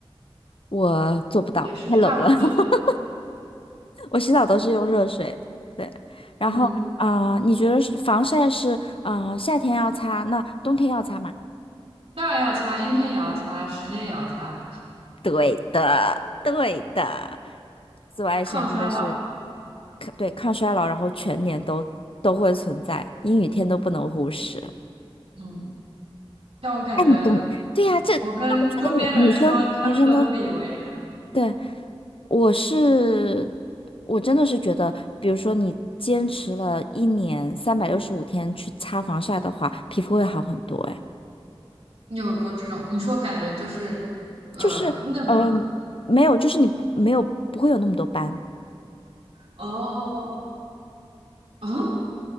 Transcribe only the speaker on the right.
也是差不多。
嗯，
当然要擦，阴天也要擦，室内也要擦，
抗衰老。
嗯，但我感觉，
我跟周边人说，他们都不以为然。
你有过这种？你说感觉就是，呃，
嫩嘛？
哦，嗯，